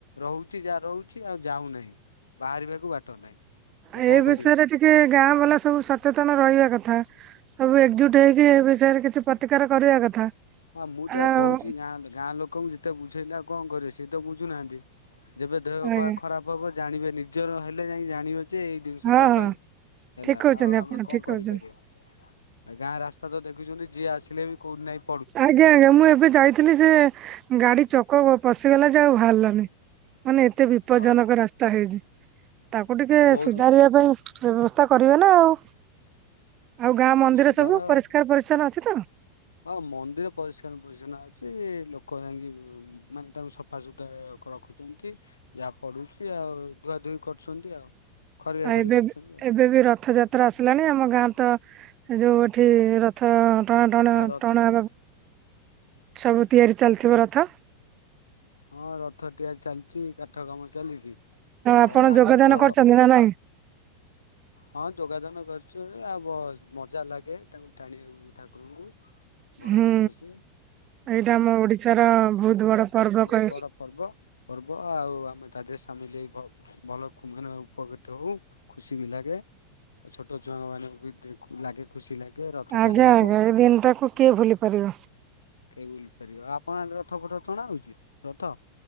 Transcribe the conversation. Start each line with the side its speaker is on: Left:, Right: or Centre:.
Left: ରହୁଚି ଯା ରହୁଛି ଆଉ ଯାଉନାହିଁ ବାହାରିବାକୁ ବାଟ ନାହିଁ। ତ
Right: ଏଇ
Left: କଣ କରିବା
Right: ବିଷୟରେ ଟିକେ ଗାଁ ବାଲା ସବୁ ସଚେତନ ରହିବା କଥା। ସବୁ ଏକଜୁଟ୍ ହେଇକି ଏ ବିଷୟରେ କିଛି ପ୍ରତିକାର କରିବା କଥା।
Left: ହଁ ମୁଁ ତ
Right: ଆଉ
Left: କହୁଛି ଗାଁ ଗାଁ ଲୋକଙ୍କୁ ଯେତେ ବୁଝେଇଲା କଣ କରେ ସିଏ ତ ବୁଝୁନାହାନ୍ତି। ଯେବେ ଦେହ
Right: ଆଜ୍ଞା
Left: ପାହା ଖରାପ ହବ ଜାଣିବେ ନିଜର ହେଲେ ଯାଇ ଜାଣିବେ ତେ ଏଇ ଜିନିଷଟା
Right: ହଁ ହଁ
Left: ପାଇଁ ହେଲା
Right: ଠିକ କହୁଛନ୍ତି
Left: ଆଉ
Right: ଆପଣ
Left: ଆମେ କଣ
Right: ଠିକ
Left: କରିପାରିବା?
Right: କହୁଛନ୍ତି
Left: ଗାଁ ରାସ୍ତା ତ ଦେଖୁଛନ୍ତି ଯିଏ ଆସିଲେ ବି କୋଉଟି ନାଇଁ
Right: ଆଜ୍ଞା ଆଜ୍ଞା ମୁଁ ଏବେ ଯାଇଥିଲି ସେ ଗାଡି ଚକ ପଶିଗଲା ଯେ ଆଉ ବାହାରିଲାନି। ମାନେ ଏତେ ବିପଦଜନକ
Left: ହଁ।
Right: ରାସ୍ତା ହେଇଚି ତାକୁ ଟିକେ
Left: ହଁ ବହୁତ
Right: ସୁଧାରିବା ପାଇଁ ବ୍ୟବସ୍ତା କରିବେ ନା, ଆଉ ଆଉ ଗାଁ
Left: ହଁ
Right: ମନ୍ଦିର
Left: ସୁଧାର
Right: ସବୁ ପରିଷ୍କାର ପରିଚ୍ଛନ୍ନ ଅଛି ତ?
Left: ହଁ ମନ୍ଦିର ପରିଷ୍କାର ପରିଚ୍ଛନ ଅଛି ଲୋକ ଯାଇକି ମ୍ ମାନେ ତାକୁ ସ ସଫାସୁତରା ର ରଖୁଛନ୍ତି ଯାହା ପଡୁଛି ଆଉ ଧୁଆ ଧୁଇ କରୁଛନ୍ତି ଆଉ। ଖରିକା
Right: ଆଉ
Left: ଖରି
Right: ଏବେ
Left: କରୁଛନ୍ତି
Right: ବି
Left: ଆଉ
Right: ଏବେ ବି ର ରଥଯାତ୍ରା ଆସିଲାଣି ଆମ ଗାଁ ତ ଯଉ ଏଠି ରଥ ଟଣା ଟଣା
Left: ହଁ ରଥ
Right: ଟଣା
Left: ତ
Right: ସବୁ ତିଆରି ଚାଲିଥିବ ରଥ?
Left: ହଁ ରଥ ଟିଆରି ଚାଲିଚି କାମ ଚାଲିଚି
Right: ଆପଣ
Left: ଆଉ ଆଗକୁ
Right: ଯୋଗଦାନ
Left: ତ
Right: କରିଛନ୍ତି ନା ନାଇଁ
Left: ହଁ ଯୋଗାଦାନ କରୁଚୁ ଆଉ ମଜା ଲାଗେ ତାଙ୍କୁ ଟାଣିବାକୁ ଠାକୁରଙ୍କୁ ବଡ
Right: ହୁଁ
Left: ଠାକୁର ସିଏ
Right: ଏଇଟା ଆମ ଓଡିଶାର ବହୁତ୍ ବଡ ପର୍ବ
Left: ମୁଁ
Right: କହି
Left: ବଡ଼ ପର୍ବ ପର୍ବ ଆଉ ଆମେ ତା ଦେହରେ ସାମିଲ ହେଇ ଭ- ଭଲ ମାନେ ଉପକୃତ ହଉ। ଖୁସି ବି ଲାଗେ ଛୋଟ ଛୁଆଙ୍କ ମାନଙ୍କୁ ବି ପ୍ରି ଲାଗେ ଖୁସି ଲାଗେ ରଥ
Right: ଆଜ୍ଞା
Left: ଟାଣିବାକୁ।
Right: ଆଜ୍ଞା ଏଇ ଦିନଟାକୁ କିଏ ଭୁଲି ପାରିବ
Left: କେହି ବୁଲି ପାରିବ ଆପଣ ଆଡେ ରଥ ଫଟ ତଣା ହଉଛି ରଥ?